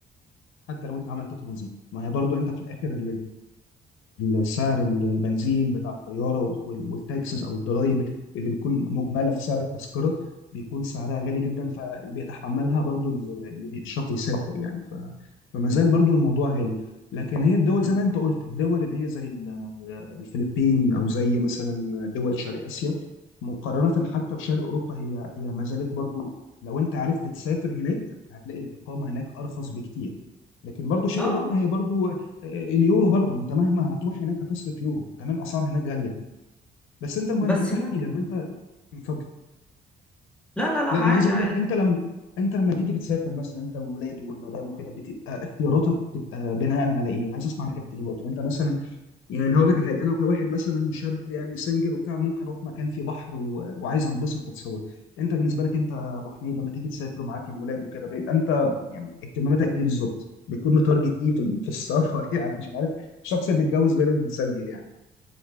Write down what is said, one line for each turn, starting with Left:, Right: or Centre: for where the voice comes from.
Left: حتى لو انت عملت ترانزيت ما هي برضو انت في الاخر السعر البنزين بتاع الطياره وال- والتاكسز او الضرايب اللي بتكون مجمله في سعر التذكره بيكون سعرها غالي جدا فاللي بيتحملها برضو ال- اللي بيشرط يسافر يعني ف... فما زال برضو الموضوع غالي لكن هي الدول
Centre: مم.
Left: زي ما انت قلت الدول اللي هي زي ال- الفلبين او زي مثلا دول شرق اسيا مقارنه حتى بشرق اوروبا هي هي ما زالت برضو لو انت عرفت تسافر هناك هتلاقي الاقامه هناك ارخص بكتير لكن برضو شرق
Centre: اه آه.
Left: اوروبا هي برضو آه، اليورو برضه انت مهما هتروح هناك هتصرف يورو كمان اسعار هناك غاليه بس انت المهم
Centre: بس
Left: انت
Centre: يعني
Left: احكي لما انت اتفضل
Centre: لا لا لا
Left: لا
Centre: عادي
Left: انا عايز اقول
Centre: عادي
Left: لك انت لما انت لما تيجي بتسافر مثلا انت والولاد والمدام وكده بتبقى اختياراتك بتبقى بناء على ايه؟ انا عايز اسمع الحته دي برضه انت مثلا يعني هقول لك على حاجه انا كواحد مثلا شاب يعني سنجل وبتاع ممكن اروح مكان فيه بحر و... وعايز انبسط واتصور انت بالنسبه لك انت يا ابو حميد لما تيجي تسافر ومعاك الولاد وكده بقيت انت يعني اهتماماتك ايه بالظبط بتكون متارجت ايه في ال- في السفر <laughs> يعني مش عارف الشخص اللي بيتجوز غير اللي بتسجل يعني